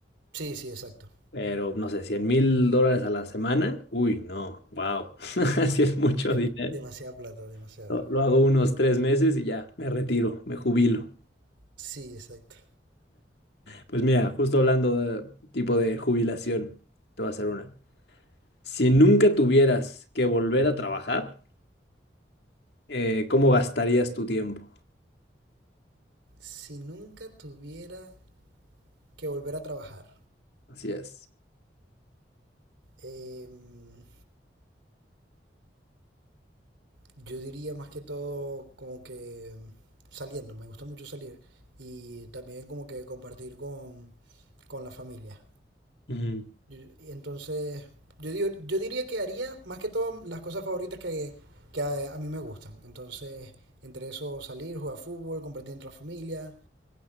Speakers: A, on the right (about 85°); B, on the left (about 65°).
A: Sí, sí, exacto.
B: pero no sé, cien mil dólares a la semana, uy, no, wow, <laughs> así es mucho
A: De-
B: dinero.
A: demasiada plata, demasiada.
B: Lo, lo hago unos tres meses y ya, me retiro, me jubilo.
A: Sí, exacto.
B: Pues mira, justo hablando de tipo de jubilación, te voy a hacer una. Si nunca tuvieras que volver a trabajar, eh, ¿cómo gastarías tu tiempo?
A: Si nunca tuviera que volver a trabajar,
B: Así es.
A: em, Yo diría más que todo como que mm, saliendo, me gusta mucho salir y también como que compartir con, con la familia.
B: Ujú.
A: Yo- entonces, yo, digo- yo diría que haría más que todo las cosas favoritas que, que a, a mí me gustan. Entonces, entre eso salir, jugar fútbol, compartir entre la familia.